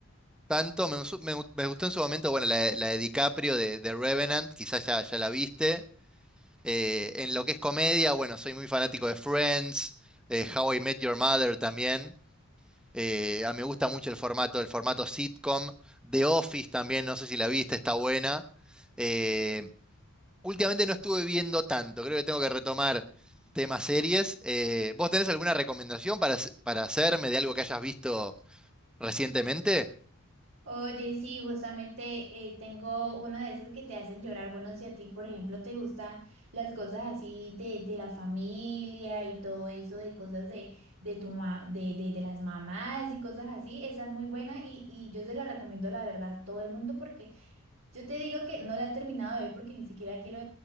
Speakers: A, in the centre; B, on the right.
A: tanto. Me, gustó- me, gu- me gustó en su momento, bueno, la, de la de DiCaprio de, de Revenant, quizás ya, ya la viste. Eh, en lo que es comedia, bueno, soy muy fanático de Friends, eh, How I Met Your Mother también. Eh, a- mí me gusta mucho el formato, el formato sitcom. The Office también, no sé si la viste, está buena. Eh, últimamente no estuve viendo tanto, creo que tengo que retomar temas series. Eh, ¿vos tenés alguna recomendación para, hac- para hacerme de algo que hayas visto recientemente?
B: Oye, sí, justamente eh, tengo una de esas que te hacen llorar. Bueno, si a ti, por ejemplo, te gustan las cosas así de, de la familia y todo eso, de cosas de, de tu ma- de, de, de las mamás y cosas así, esa es muy buena y, y yo se la recomiendo, la verdad, a todo el mundo porque Yo te digo que no la he terminado de ver porque ni siquiera quiero